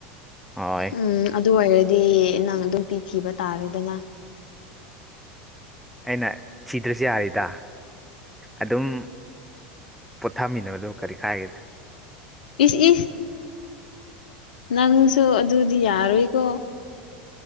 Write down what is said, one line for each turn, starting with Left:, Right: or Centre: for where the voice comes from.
Centre: ꯍꯣꯏ
Left: ꯎꯝ ꯑꯗꯨ ꯑꯣꯏꯔꯗꯤ ꯅꯪ ꯑꯗꯨꯝ ꯄꯤ ꯊꯤꯕ ꯇꯥꯔꯦꯗꯅ
Centre: ꯑꯩꯅ ꯊꯤꯗ꯭ꯔꯁꯨ ꯌꯥꯔꯤꯗ ꯑꯗꯨꯝ ꯄꯣꯊꯥꯃꯤꯟꯅꯕꯗꯕꯨ ꯀꯔꯤ ꯀꯥꯏꯌꯦꯗ
Left: ꯏꯁ ꯏꯁ ꯅꯪꯁꯨ ꯑꯗꯨꯗꯤ ꯌꯥꯔꯣꯏꯀꯣ